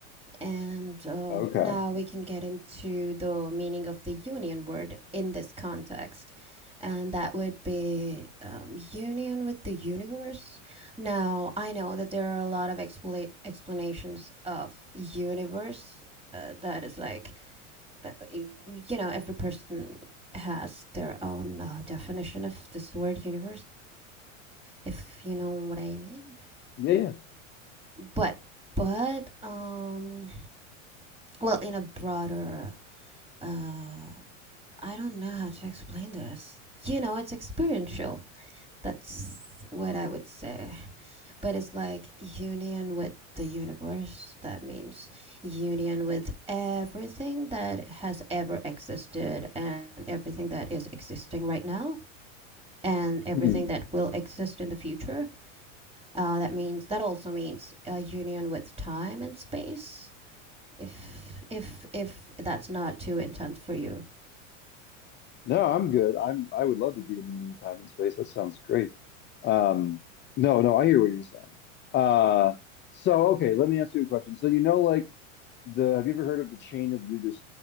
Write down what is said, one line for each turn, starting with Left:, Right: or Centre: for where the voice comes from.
Right: And uh,
Left: Okay.
Right: now we can get into the meaning of the union word in this context. And that would be um, union with the universe. Now, I know that there are a lot of expl explanations of universe uh, that is like, uh, you know, every person has their own uh, definition of this word universe, if you know what I mean.
Left: Yeah, yeah.
Right: But, but, um, well, in a broader, uh, I don't know how to explain this. You know, it's experiential. That's what I would say. But it's like union with the universe. That means union with everything that has ever existed and everything that is existing right now and everything
Left: Hmm.
Right: that will exist in the future. Uh, that means that also means a union with time and space if if if that's not too intense for you.
Left: No, I'm good. I'm I would love to be in time and space. That sounds great. Um, no, no, I hear what you're saying. Uh, so okay, let me ask you a question. So you know, like the have you ever heard of the chain of yoga